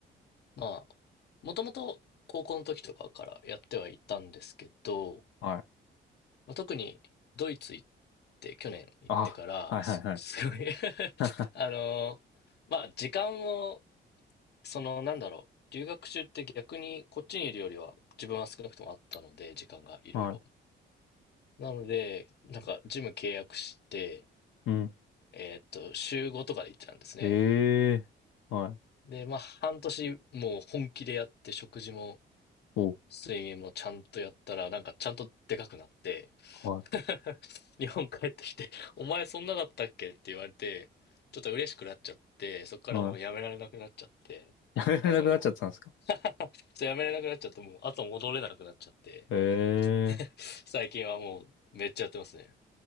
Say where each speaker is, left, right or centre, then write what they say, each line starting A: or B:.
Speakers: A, on the left (about 55°); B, on the left (about 80°).
A: まあ、もともと高校の時とかからやってはいたんですけど、
B: はい。
A: まあ、特にドイツ行って、去年行ってから、
B: あ、はいはいはい。
A: す、すごい <laughs>
B: <laughs>
A: あのーまあ時間をその、なんだろう。留学中って逆にこっちにいるよりは自分は少なくともあったので、時間がいろいろ。
B: は
A: なので、なんかジム契約して、
B: い。うん。
A: えーっと、週5とかで行ってたんですね。
B: ええー。はい。
A: で、まあ半年もう本気でやって食事も
B: お、
A: 睡眠もちゃんとやったら、なんかちゃんとでかくなって、
B: はい。
A: <laughs> 日本帰ってきて、お前そんなだったっけって言われて、ちょっと嬉しくなっちゃって、そこからもうやめられなくなっちゃって、
B: はい。やめられなくなっちゃったんですか
A: あの、<laughs> やめれなくなっちゃって、もう後戻れなくなっちゃって、
B: え
A: <laughs>
B: えー。
A: 最近はもうめっちゃやってますね。